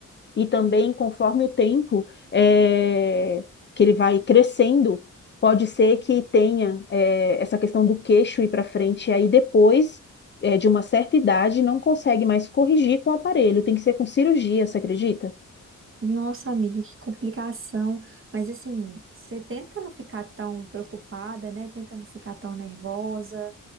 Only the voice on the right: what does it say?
Nossa, amiga, que complicação. Mas assim, você tenta não ficar tão preocupada, né? Tenta não ficar tão nervosa,